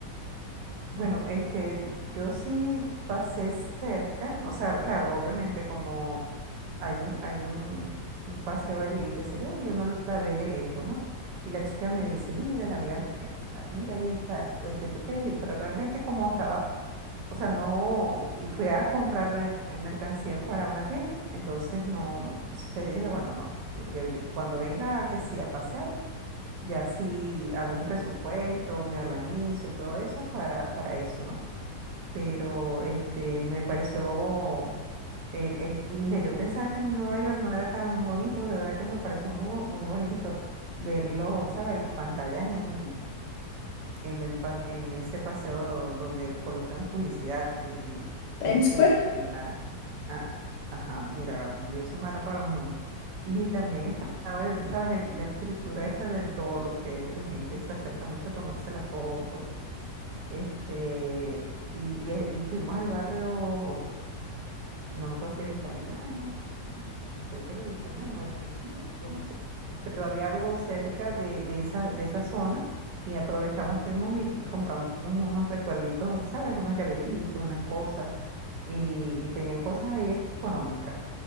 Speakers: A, on the right; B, on the left.
A: Bueno, este, yo sí pasé cerca, o sea, claro, obviamente como hay un, hay un, un paseo allí, qué sé yo, y uno la ve de lejos, ¿no? Y la chica me dice, mira, la amiga mía, ay, mira, ahí está, tú- este, tú quieres ir, pero realmente como estaba O sea, no, y fui a comprar eh, mercancía para una tienda, entonces no, o sea, yo dije, bueno, no, no, yo- yo- cuando venga que sí a pasear, ya sí hago un presupuesto, me organizo y todo eso para, para eso, ¿no? Pero este, me pareció, el, el- mire, yo pensaba que Nueva York no era tan bonito, de verdad que me pareció muy, bo- muy bonito verlo, ¿sabes? Las pantallas en en el pa- en ese paseo donde colocan publicidad y este
B: <laughs> Times Square.
A: la ah, ajá, mira, yo soy mala para los nombres. Y también estaba el, ¿sabes? el- la estructura esa del toro que la gente se acerca mucho a tomarse la foto. Este, y, y el- y fuimos al barrio no me acuerdo si era italiano, creo que era el italiano, o el chino, yo no sé, pero había algo cerca de, de esa, de esa zona y aprovechamos, fuimos y, y compramos unos recuerditos, ¿sabes? Unos llaveritos, unas cosas, y, y tenían cosas ahí económicas.